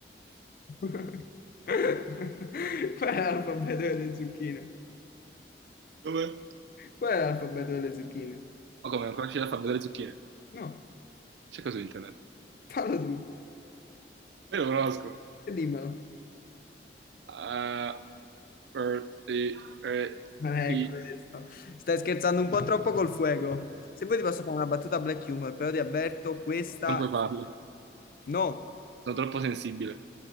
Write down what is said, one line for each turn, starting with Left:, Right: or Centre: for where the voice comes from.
Left: <laughs> Qual è l'alfabeto delle zucchine?
Right: Come?
Left: Qual è l'alfabeto delle zucchine?
Right: Ma come, non conosci l'alfabeto delle zucchine?
Left: No,
Right: Cerca su internet.
Left: fallo tu
Right: Io lo conosco.
Left: e dimmelo.
Right: Ah, er, e- e-
Left: Ma
Right: i-
Left: è questo. Stai scherzando un po' troppo col fuoco. Se vuoi ti posso fare una battuta black humor, però ti avverto, questa
Right: Non puoi farlo.
Left: no,
Right: Sono troppo sensibile.